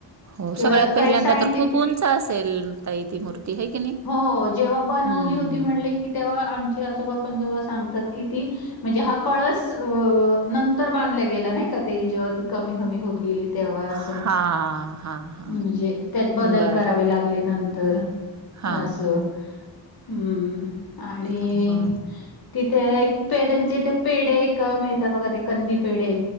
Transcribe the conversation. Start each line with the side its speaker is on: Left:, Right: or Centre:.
Right: हो.
Left: किंवा
Right: सगळ्यात पहिल्यांदा
Left: काही सायंटिफिक
Right: तर खूप उंच असेल ताई ती मूर्ती. ती हाय क नाही.
Left: हो जेव्हा बनवली
Right: हं.
Left: होती म्हणले की, तेव्हा आमचे आजोबापण जेव्हा सांगतात की ती म्हणजे हा कळस नंतर बांधला गेला नाही का ते जेव्हा त कमी- कमी होत गेली तेव्हा असं.
Right: हा हा हा
Left: म्हणजे त्यात बदल
Right: बरोबर
Left: करावे लागले नंतर.
Right: हा
Left: असं
Right: हा
Left: हुं... आणि
Right: ह
Left: तिथे एक पे त्यांचे इथे पेढे एक मिळतात बघा ते कंदी पेढे.